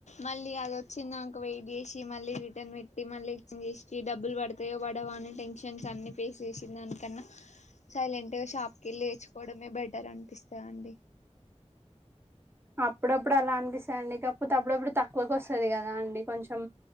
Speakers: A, on the left; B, on the right.
A: మళ్ళీ అది వచ్చిందిక వెయిట్ చేసి మళ్ళీ రిటర్న్ పెట్టి మళ్ళీ ఎక్చేంజ్ చేసి డబ్బులు పడతాయో పడవో అని టెన్షన్ అన్ని ఫేస్ చేసిందికన్నా సైలెంట్ గా షాప్ కెళ్ళి తెచ్చుకోవడమే బెటర్ అనిపిస్తదండి
B: అప్పుడప్పుడు అలా అనిపిస్తాయండి కాకపోతే అప్పుడప్పుడు తక్కువకు వస్తది కదా అండి కొంచెం